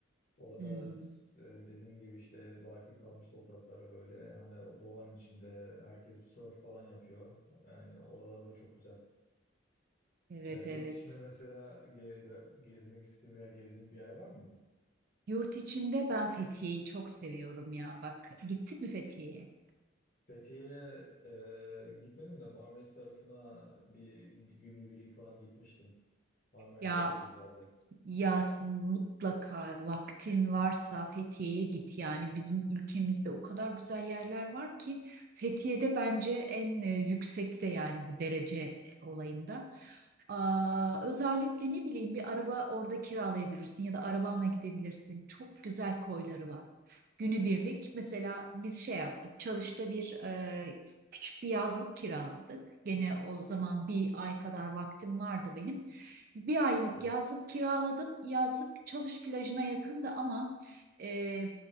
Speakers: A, on the left; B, on the right.
A: Orada
B: Hı hı.
A: s- e, dediğim gibi işte baki kalmış toprakları böyle hani o doğanın içinde herkes surf falan yapıyor. Yani oralarda çok güzel.
B: Evet
A: E, yurt
B: evet.
A: içinde mesela ge- gezmek istediğim veya gezdiğim bir yer var mı?
B: Yurt içinde ben Fethiye'yi çok seviyorum ya. Bak gitti mi Fethiye'ye?
A: Fethiye'ye e, gitmedim de Marmaris tarafına bir, bir günlük birlik falan gitmiştim. Marmaris
B: Ya
A: tarafı da güzeldi.
B: Yasin mutlaka vaktin varsa Fethiye'ye git. Yani bizim ülkemizde o kadar güzel yerler var ki Fethiye'de bence en e, yüksekte yani bu derece olayında. Aa, özellikle ne bileyim bir araba orada kiralayabilirsin ya da arabanla gidebilirsin. Çok güzel koyları var. Günübirlik mesela biz şey yaptık. Çalış'ta bir e, küçük bir yazlık kiraladık. Gene o zaman bir ay kadar vaktim vardı benim. Bir aylık
A: Evet.
B: yazlık kiraladım. Yazlık Çalış plajına yakındı ama e,